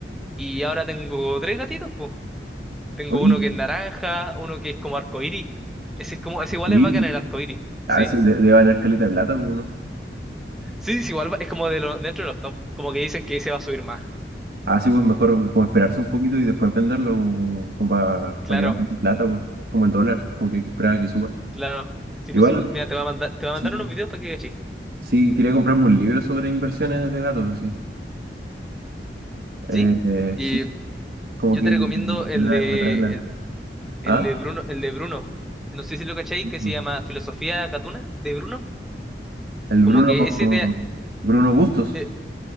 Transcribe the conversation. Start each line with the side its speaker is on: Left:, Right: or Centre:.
Centre: Y ahora tengo tres gatitos, po. Tengo
Right: Oye,
Centre: uno que es naranja, uno que es como arcoíris. Ese es como, ese igual es
Right: Sí,
Centre: bacán el arcoíris, sí.
Right: a veces de- debe valer caleta de plata, pues, ¿no?
Centre: Sí, sí, sí, igual va- es como de lo, dentro de los top, como que dicen que ese va a subir más.
Right: Así pues mejor como esperarse un poquito y después venderlo como, para
Centre: Claro,
Right: que valga tu plata, pues, como el dólar, como que hay que esperar a que suba.
Centre: claro. Sí,
Right: Igual,
Centre: pues, sí, pues, mira, te voy a mandar, te voy a
Right: sí,
Centre: mandar unos videos para que cachis.
Right: sí, quería comprarme un libro sobre inversiones de gatos, sí. Eh,
Centre: ¿Sí?
Right: eh,
Centre: Y
Right: sí, como
Centre: yo
Right: que
Centre: te recomiendo
Right: me
Centre: el
Right: trae,
Centre: de,
Right: me trae la...
Centre: El
Right: Ah,
Centre: de Bruno, el de Bruno, no sé si lo cacháis,
Right: no,
Centre: que se llama Filosofía Gatuna de Bruno.
Right: el
Centre: Como
Right: Bruno,
Centre: que ese te-
Right: Bruno Bustos,
Centre: eh,